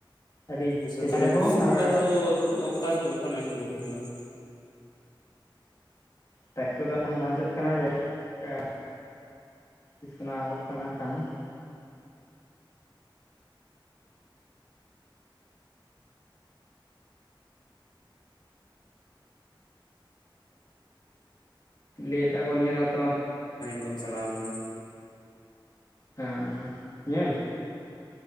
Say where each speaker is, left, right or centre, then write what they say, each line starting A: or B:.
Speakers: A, on the left (about 40°); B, on the left (about 55°).
A: ᱟᱹᱰᱤ
B: ᱟᱪᱪᱷᱟ
A: ᱥᱮᱫᱟᱭ
B: ᱛᱟᱦᱚᱞᱮ
A: ᱨᱮᱦᱚᱸ
B: ᱵᱩᱨᱩ
A: ᱟᱨ
B: ᱵᱚᱸᱜᱟ ᱫᱚ ᱚᱠᱟ ᱦᱤᱞᱳᱜ ᱠᱷᱚᱱ ᱮᱦᱚᱵᱚᱜ ᱠᱟᱱᱟ
A: ᱴᱟᱭᱤᱯ ᱠᱚᱫᱚ ᱠᱷᱟᱱ ᱵᱟᱝ ᱡᱟᱹᱜ ᱠᱟᱱᱟ ᱡᱟᱭ ᱦᱳᱠ ᱛᱤᱥ ᱠᱷᱚᱱᱟᱜ ᱮᱦᱚᱵᱚᱜ ᱠᱟᱱᱟ ᱠᱷᱟᱱ ᱞᱟᱹᱭᱮᱫᱟ ᱠᱚ ᱱᱤᱭᱟᱹᱫᱟ ᱛᱚᱼᱼ
B: ᱫᱚᱚᱢ <inaudible> ᱪᱟᱞᱟᱣ ᱞᱮᱱᱟ
A: ᱦᱮᱸ ᱧᱮᱞ